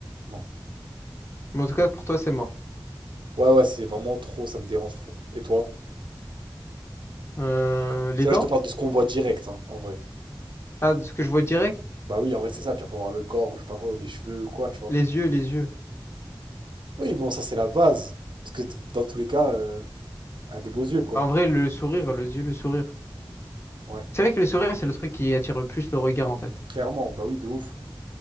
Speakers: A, on the right; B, on the left.
A: Non.
B: Mais en tout cas, pour toi, c'est mort.
A: Ouais, ouais, si c'est vraiment trop, ça me dérange trop. Et toi?
B: Euh,
A: C'est
B: les
A: là,
B: dents?
A: je te parle de ce qu'on voit direct, hein, en vrai.
B: Ah, de ce que je vois direct,
A: Bah oui, en vrai, c'est ça, tu vas pas voir le corps, ou je sais pas quoi, ou les cheveux, ou quoi, tu vois.
B: les yeux, les yeux.
A: Oui, bon, ça, c'est la base. Parce que d- dans tous les cas, euh, elle a des beaux yeux, quoi.
B: Bah, En vrai, le sourire, les yeux, le sourire.
A: Ouais,
B: C'est vrai que le sourire, c'est le truc qui attire le plus le regard, en fait.
A: clairement, bah oui, de ouf.